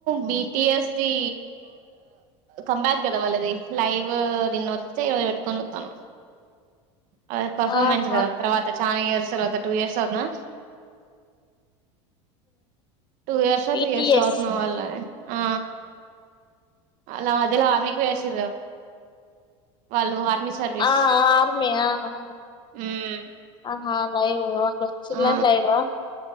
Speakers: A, on the right (about 60°); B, on the left (about 30°).
A: B T S the comeback కదా వాళ్ళది లైవ్ <unintelligible> కాలుత్తను అ పర్ఫార్మెన్స్
B: ఆహా
A: కదా తర్వాత చ్ చానా ఇయర్స్ తర్వాత టూ ఇయర్స్ తర్వాతనా టూ ఇయర్సా
B: బిటిఎస్
A: త్రీ ఇయర్సా అవుతున్నా వాళ్ళని ఆ అలా దల ఆమెకి వసి వాళ్ళు ఆర్మీ సర్వీస్
B: ఆ ఆ ఆర్మీ ఆ ఆ
A: మ్మ్
B: ఆహా గాయిగివో వచ్చిన్ల
A: ఆ
B: లైవా